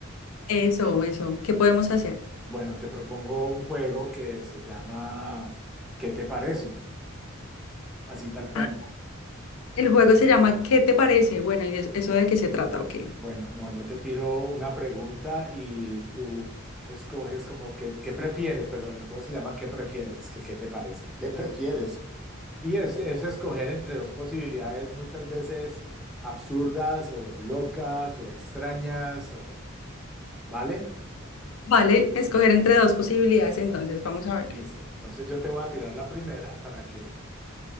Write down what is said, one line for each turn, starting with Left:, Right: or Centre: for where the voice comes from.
Left: Eso, eso, ¿qué podemos hacer?
Centre: Bueno, te propongo un juego que se llama ¿Qué te parece? Así tal cual.
Left: Ah, el juego se llama ¿Qué te parece? Bueno, ¿y de- eso de qué se trata o qué?
Centre: Bueno, no, yo te tiro una pregunta y tú escoges como que, ¿qué prefieres? Perdón, el juego se llama ¿Qué prefieres? Es que ¿qué te parece? ¿Qué prefieres? Y es, es escoger entre dos posibilidades muchas veces absurdas o locas o extrañas o, ¿vale?
Left: Vale, escoger entre dos posibilidades, entonces vamos a ver.
Centre: Listo. Entonces yo te voy a tirar la primera para que,